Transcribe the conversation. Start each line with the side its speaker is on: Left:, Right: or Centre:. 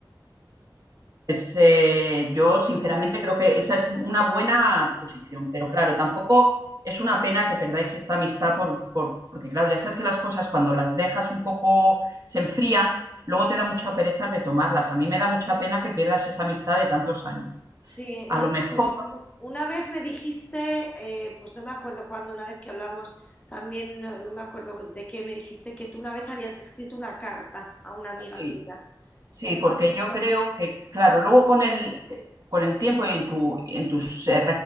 Right: Pues eh, yo sinceramente creo que esa es una buena posición, pero claro, tampoco es una pena que perdáis esta amistad por, por- porque claro, ya sabes que las cosas cuando las dejas un poco se enfrían, luego te da mucha pereza retomarlas. A mí me da mucha pena que pierdas esa amistad de tantos años.
Left: Sí,
Right: A
Left: no
Right: lo
Left: lo
Right: mejor
Left: sé. Una vez me dijiste, eh, pues no me acuerdo cuándo, una vez que hablamos, también no, no me acuerdo de qué, me dijiste que tú una vez habías escrito una carta a una amiga
Right: sí.
Left: tuya.
Right: Sí,
Left: Eh, no
Right: porque
Left: sé si me
Right: yo
Left: lo
Right: creo
Left: acuerdo.
Right: que, claro, luego con el, con el tiempo y en tu, en tus eh,